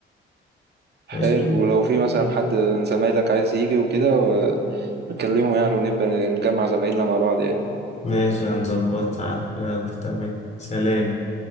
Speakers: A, on the right; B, on the left.
A: حلو
B: ماشي
A: ولو في مثلا حد من زمايلك عايز يجي وكده و- نكلمه يعني ونبقى نجمع زمايلنا مع بعض يعني
B: ماشي هنظبطها يلا تمام سلام